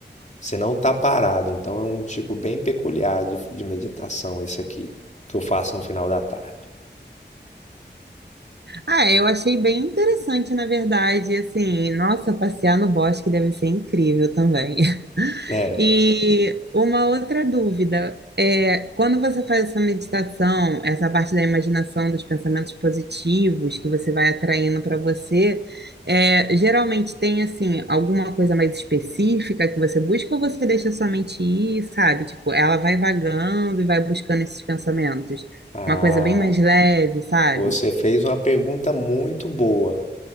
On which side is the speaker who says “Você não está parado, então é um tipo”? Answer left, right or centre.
Left